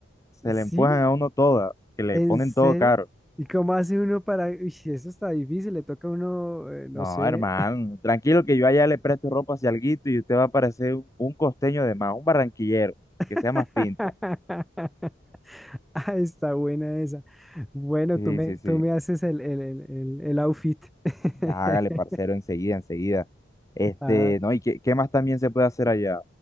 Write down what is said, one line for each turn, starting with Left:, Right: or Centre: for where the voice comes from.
Left: se
Centre: ¿Sí?
Left: le empujan a uno toda, que le
Centre: ¿En
Left: ponen
Centre: serio?
Left: todo caro.
Centre: ¿Y cómo hace uno para...? Uy, sí, eso está difícil, le toca a uno, eh, no
Left: No,
Centre: sé.
Left: hermano, tranquilo que yo allá le presto ropa si alguito y usted va a parecer un, un costeño de más, un barranquillero,
Centre: <laughs>
Left: que sea más pinta.
Centre: Ah, está buena esa. Bueno,
Left: Sí,
Centre: tú me,
Left: sí, sí.
Centre: tú me haces el, el, el, el- el outfit. <laughs>
Left: Hágale, parcero, enseguida, enseguida. Este,
Centre: Ah,
Left: no, ¿y qué, qué más también se puede hacer allá?